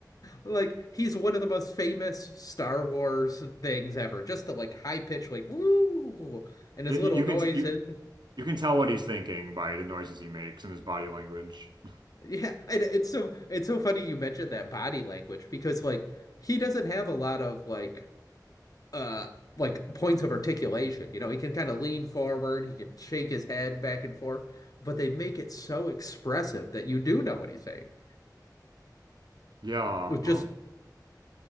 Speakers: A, on the left (about 55°); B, on the right (about 85°).
A: like he's one of the most famous Star Wars things ever. Just the like high pitch like woo and
B: You,
A: his little
B: you
A: noise
B: can t you
A: and
B: you can tell what he's thinking by the noises he makes and his body language. <laughs>
A: <laughs> yeah, and it's so it's so funny you mentioned that body language because like he doesn't have a lot of like uh like points of articulation. You know, he can kind of lean forward, he can shake his head back and forth, but they make it so expressive that you do know what he's saying.
B: Yeah,
A: With just
B: um,